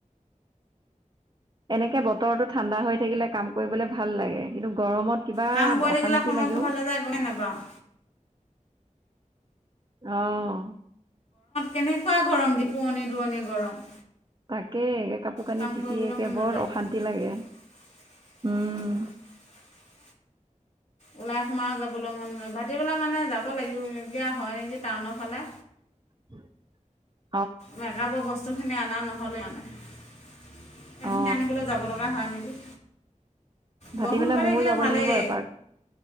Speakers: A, on the right (about 35°); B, on the left (about 55°).
A: এনেকৈ বতৰটো ঠাণ্ডা হৈ থাকিলে কাম কৰিবলৈ ভাল লাগে। কিন্তু গৰমত। কিবা
B: কাম কৰি
A: অশান্তি
B: থাকিলে সময়কো
A: লাগে
B: ফাঁলে যায় গমেই নাপাও।
A: অহ।
B: কেনেকুৱাই গৰম দি পোৱনি-দুৱনি গৰম।
A: তাকে কাপোৰ কানি
B: কাম
A: তিতি
B: কৰিবলৈ
A: একে
B: মন নাযায়
A: বৰ
B: সেইকাৰণে
A: অশান্তি লাগে।
B: <inaudible>
A: উম
B: ওলাই সোমাইও যাবলৈ মন নাযায়। ভাতিবেলা মানে যাব লাগিবগীয়া হয় নেকি টাউনৰ ফালে?
A: <inaudible>
B: মেকআপৰ বস্তুখিনি অনা নহ'লে মানে সেই
A: অ
B: খিনি আনিবলৈ যাব লগা হয় নেকি?
A: ভাতিবেলা
B: বৰষুণ পৰি
A: ময়ো
B: থাকিলে
A: যাব
B: ভালেই
A: লাগিব এপাক